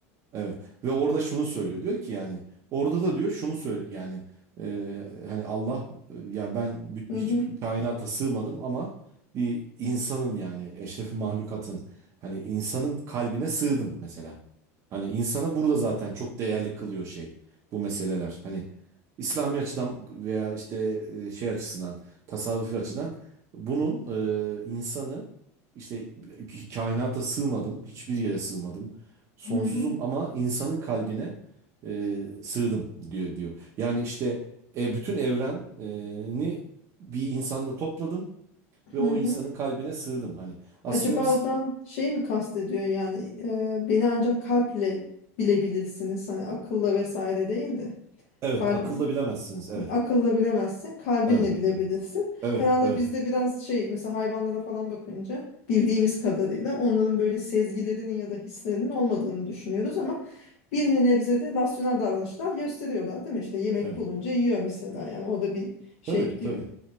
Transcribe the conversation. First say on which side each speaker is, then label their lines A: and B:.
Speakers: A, on the right (about 40°); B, on the left (about 70°).
A: Evet ve orada şunu söylüyor diyor ki yani orada da diyor şunu söyle yani e, hani Allah e, yani ben bi-
B: Hı
A: hiçbir
B: hı,
A: kainata sığmadım ama bir insanın yani eşrefi mahlukatın hani insanın kalbine sığdım mesela. Hani insana burada zaten çok değerli kılıyor şey bu meseleler. Hani İslami açıdan veya işte e, şey açısından tasavvufi açıdan bunun e, insanı işte kainata sığmadım hiçbir yere sığmadım Sonsuzum
B: hı hı,
A: ama insanın kalbine e, sığdım diyor, diyor. Yani işte e, bütün evreni bir insanda topladım ve
B: hı
A: o
B: hı.
A: insanın kalbine sığdım. Hani aslında
B: Acaba
A: biz
B: oradan şey mi kastediyor yani e, beni ancak kalple bilebilirsiniz hani akılla vesaire değil de
A: evet
B: kalbi
A: akılla bilemezsiniz. Evet.
B: Akılla bilemezsin, kalbinle
A: Evet.
B: bilebilirsin.
A: Evet. Evet.
B: Herhalde
A: Evet.
B: bizde biraz şey mesela hayvanlara falan bakınca bildiğimiz kadarıyla onların böyle sezgilerinin ya da hislerinin olmadığını düşünüyoruz ama bir nebzede rasyonel davranışlar gösteriyorlar değil mi? İşte yemek
A: Evet.
B: bulunca yiyor mesela yani o da bir şey
A: Tabii
B: diyor.
A: tabii.